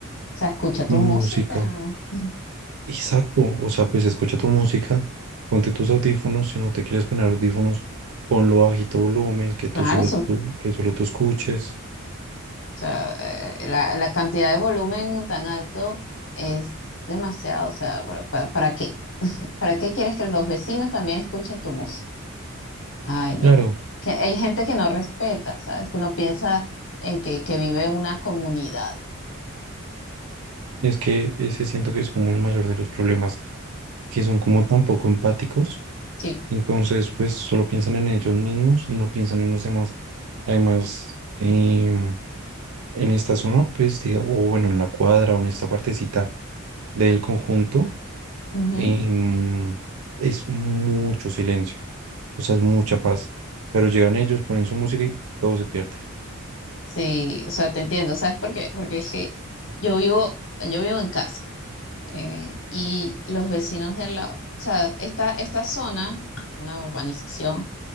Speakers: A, on the left; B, on the right.
A: sea, escucha
B: música.
A: tu música. <laughs>
B: Exacto, o sea, pues escucha tu música, ponte tus audífonos, si no te quieres poner audífonos, ponlo a bajito volumen, que tú
A: Claro,
B: solo, tú, que solo tú escuches.
A: O sea, eh, la, la cantidad de volumen tan alto es demasiado. O sea, ¿para, para- para qué? ¿Para qué quieres que los vecinos también escuchen tu música? Ay, no,
B: Claro,
A: no. Que hay gente que no respeta, ¿sabes? Que no piensa en que, que vive en una comunidad.
B: es que ese siento que es como el mayor de los problemas, que son como tan poco empáticos,
A: Sí.
B: entonces pues solo piensan en ellos mismos y no piensan en los demás. Además, em, en esta zona, pues diga, o bueno, en la cuadra o en esta partecita del conjunto,
A: Ujú.
B: em, es mucho silencio, o sea, es mucha paz, pero llegan ellos, ponen su música y todo se pierde.
A: Sí, o sea, te entiendo. ¿Sabes por qué? Porque es que yo vivo, yo vivo en casa eh, y los vecinos de al lado, o sea, esta, esta zona, una urbanización